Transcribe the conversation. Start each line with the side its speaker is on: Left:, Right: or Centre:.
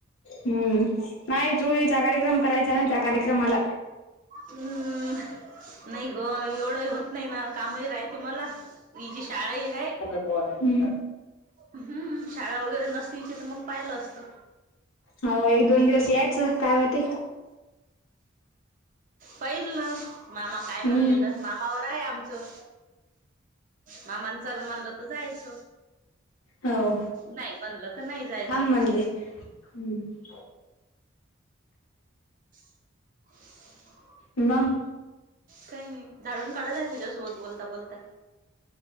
Left: हम्म नाही चोरळीचा कार्यक्रम करायचा आहे ना त्या कार्यक्रमाला.
Right: हम्म. नाही ग एवढंही होत नाही ना, कामही राहते मला. हिची शाळाही हाय.
Left: हम्म.
Right: हम्म शाळा वगैरे नसती, तर मग पाहिलं असतं.
Left: हो एक दोन दिवस यायचं काय होते.
Right: पाहिल ना मामा
Left: हम्म
Right: काय म्हणतेत मामावर काय आमचं, मामानं चल म्हणलं तर जायचं.
Left: हो
Right: नाही म्हणलं, तर नाही जायचं.
Left: थांब म्हणले हम्म
Right: <inaudible>
Left: मग?
Right: काय नाही झाडून काढत आहे, तुझ्यासोबत बोलता बोलता.